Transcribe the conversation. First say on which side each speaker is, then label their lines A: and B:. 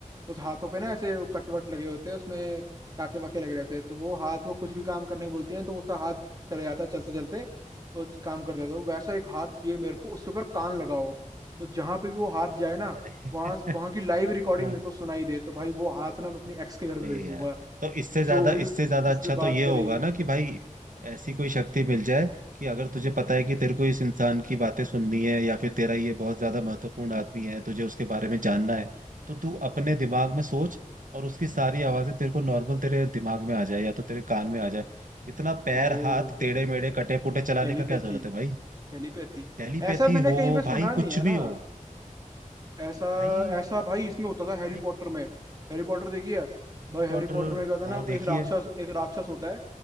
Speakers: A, on the right; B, on the right.
A: उस हाथों पे ना ऐसे कटवट लगे होते हैं उसमें टाके वाके लगे रहते हैं तो वो हाथ वो कुछ भी काम करने को बोलती है ना, तो उसका हाथ चले जाता है चलते चलते तो काम कर देता है तो वैसा एक हाथ ये मेरे को उसके ऊपर कान लगाओ तो जहां पे भी वो हाथ जाए ना
B: अरे <laughs>
A: वहां वहां की लाइव रिकॉर्डिंग
B: हाँ,
A: मेरे को सुनाई दे तो भाई वो हाथ ना मैं अपनी एक्स के घर
B: अरे
A: पे भेज दूंगा
B: यार तो इससे ज्यादा
A: जो भी
B: इससे ज्यादा
A: किससे
B: अच्छा तो
A: बात
B: ये
A: करे
B: होगा ना कि भाई ऐसी कोई शक्ति मिल जाए कि अगर तुझे पता है कि तेरे को इस इंसान की बातें सुननी है या फिर तेरा ये बहुत ज्यादा महत्वपूर्ण आदमी है तुझे उसके बारे में जानना है तो तू अपने दिमाग में सोच और उसकी सारी आवाजें तेरे को नॉर्मल तेरे दिमाग में आ जाए या तो तेरे कान में आ जाए इतना पैर
A: ओ
B: हाथ टेढ़े मेढ़े कटे पुटे चलाने
A: टेलीपैथी
B: का क्या जरूरत है भाई
A: टेलीपैथी
B: टेलीपैथी
A: ऐसा मैंने
B: हो
A: कहीं पे सुना
B: भाई
A: नहीं
B: कुछ
A: है
B: भी
A: ना
B: हो
A: ऐसा
B: भाई
A: ऐसा भाई इसमें होता था
B: भाई
A: हैरी पॉटर में हैरी पॉटर देखिए
B: हैरी
A: भाई हैरी
B: पॉटर
A: पॉटर में क्या होता है
B: हाँ
A: ना
B: देखिए
A: एक राक्षस एक राक्षस होता है